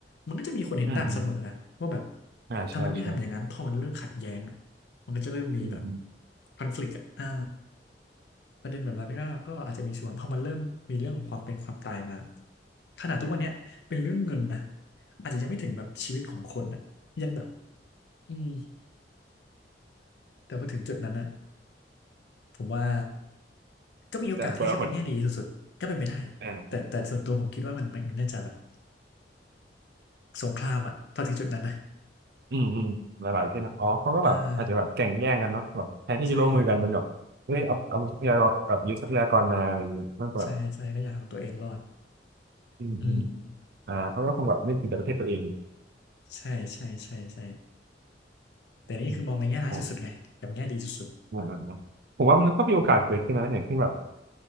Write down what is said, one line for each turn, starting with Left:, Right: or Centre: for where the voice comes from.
Left: มันก็จะมีคนเห็นต่างเสมออะว่าแบบ
Right: อืม อ่าใช่ใช่
Left: ทำไมไม่ทำอย่างนั้นพอมันเริ่มขัดแย้งอะมันก็จะเริ่มมีแบบ
Right: อืมอืม
Left: conflict อนฟลิกต์อ่ะอ่า ประเด็นแบบนั้นก็ก็อาจจะมีส่วนเพราะมันเริ่มมีเรื่องของความเป็นความตายมาขนาดทุกวันเนี้ยเป็นเรื่องเงินนะอาจจะยังไม่ถึงแบบชีวิตของคนอะยังแบบอืมแต่พอถึงจุดนั้นนะผมว่าก็มีโอกาสที่จะเป็นแง่ดีสุดๆก็เป็นไปได้
Right: แต่คนละคนอ่าคนละคน
Left: แต่แต่ส่วนตัวผมคิดว่ามันมันน่าจะแบบสงครามอะพอถึงจุดนั้นนะ
Right: อืมอืมหลายๆประเทศนะอ๋อเขาก็แบบอาจจะแบบแข่งแย่งกันเนาะแบบแทนที่จะร่วมมือกันมันแบบเฮ้ยเอาเอาทรัพยากรแบบยึดทรัพยากรมาอะไรอย่างงี้มากกว่า
Left: อ่าใช่ใช่ใช่ก็อยากเอาตัวเองรอด
Right: อืมอืม
Left: อืม
Right: อ่าเขาก็คงแบบนึกถึงแต่ประเทศตัวเอง
Left: ใช่ใช่ใช่ใช่แต่นี่คือมองในแง่ร้ายสุดๆไงกับแง่ดีสุด
Right: อืมอ๋ออ่าอ่าอ่าผมว่ามันก็มีโอกาสเกิดขึ้นนะอย่างเช่นแบบ